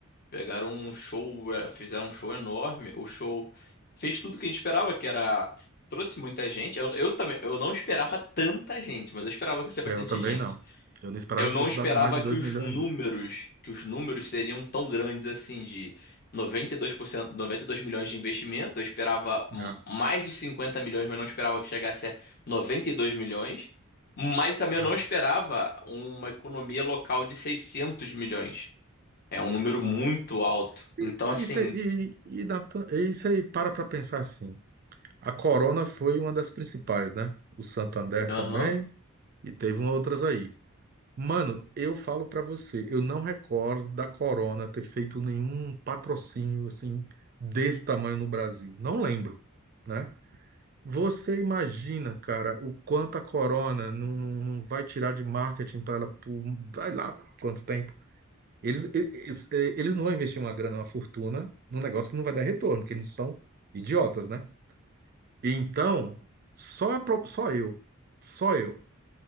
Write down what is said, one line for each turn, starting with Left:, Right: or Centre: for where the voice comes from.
Left: pegaram um show, é, fizeram um show enorme. O show fez tudo o que a gente esperava, que era... Trouxe muita gente. Eu, eu também, eu não esperava tanta gente, mas eu esperava que ia ser bastante
Right: É, Eu também
Left: gente.
Right: não. Eu não esperava
Left: Eu
Right: que
Left: não
Right: fosse
Left: esperava
Right: dar mais de
Left: que
Right: dois
Left: os
Right: milhões,
Left: números,
Right: não.
Left: que os números seriam tão grandes assim, de 92%, 92 milhões de investimento. Eu esperava m-
Right: É,
Left: mais de 50 milhões, mas não esperava que chegasse a 92 milhões. Mas também
Right: é,
Left: eu não esperava uma economia local de 600 milhões. É um número
Right: é.
Left: muito alto.
Right: E,
Left: Então,
Right: e
Left: assim,
Right: isso aí, e, e Natan- e isso aí, para pra pensar assim. A Corona foi uma das principais, né? O Santander
Left: aham,
Right: também, e teve umas outras aí. Mano, eu falo pra você, eu não recordo da Corona ter feito nenhum patrocínio assim desse tamanho no Brasil. Não lembro, né? Você imagina, cara, o quanto a Corona não, não, não vai tirar de marketing para ela por, um, vai lá quanto tempo. Eles, eles, eles não vão investir uma grana, uma fortuna num negócio que não vai dar retorno, porque eles são idiotas, né? Então, só, a pro- só eu, só eu